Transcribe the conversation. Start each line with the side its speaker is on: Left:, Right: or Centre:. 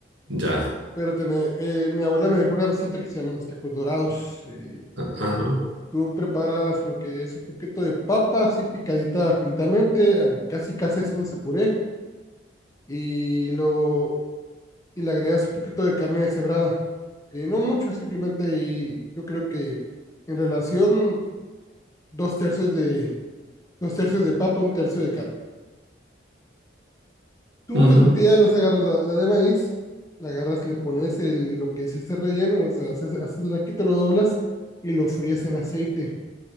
Right: ya.
Left: Pero tené- eh, mi abuela me dejó una receta que se llaman los tacos dorados. eh,
Right: A- Ajá.
Left: tú preparas lo que es un poquito de papa, así picadita finitamente, ah, casi casi haciéndose puré, y, lo, y le agregas un poquito de carne deshebrada. Eh, no mucho, simplemente, y yo creo que en relación, dos tercios de, dos tercios de papa, un tercio de carne Tú
Right: Ujú,
Left: las tortillas las agarras, la, la de maíz, la agarras, le pones el, lo que es este relleno, o sea, haces, haces el raquito, lo doblas y lo fríes en aceite